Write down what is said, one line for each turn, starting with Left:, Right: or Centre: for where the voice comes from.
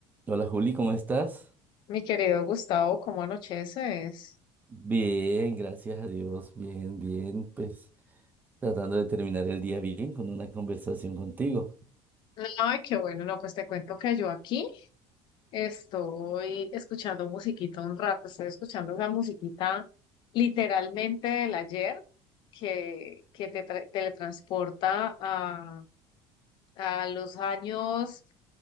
Right: Hola Juli, ¿cómo estás?
Left: Mi querido Gustavo, ¿cómo anocheces?
Right: Bien, gracias a Dios, bien, bien, pues tratando de terminar el día bien con una conversación contigo.
Left: Ay, qué bueno, no, pues te cuento que yo aquí estoy escuchando musiquita un rato, estoy escuchando esa musiquita literalmente del ayer que, que te tra- teletransporta a, a los años,